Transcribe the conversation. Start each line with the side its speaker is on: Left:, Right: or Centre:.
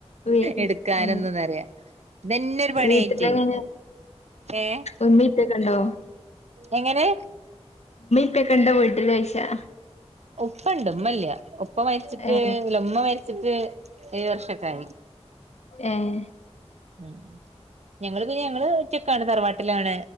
Left: വീ
Right: എടുക്കാനെന്നെന്നുറിയ
Left: ഉം ഉം.
Right: ഇതന്നെരു പണി
Left: വീട്ടിലെങ്ങനെ
Right: ആയിറ്റെ ഏഹ്
Left: ഉമ്മീം ഉപ്പയൊക്കെ ഉണ്ടോ?
Right: എങ്ങനെ
Left: ഇപ്പക്കെണ്ടോ വീട്ടില് ഓയ്ച്ചാ
Right: ഉപ്പണ്ട് ഇമ്മല്ല ഉപ്പ മരിച്ചിട്ട്
Left: ഏ
Right: അല്ല ഉമ്മ മരി ച്ചിട്ട് ഏഴ് വർഷൊക്കായി
Left: ഏഹ്
Right: ഉം ഞങ്ങള് പിന്നെ ഞങ്ങള് ഒറ്റക്കാണ് തറവാട്ടിലാണ്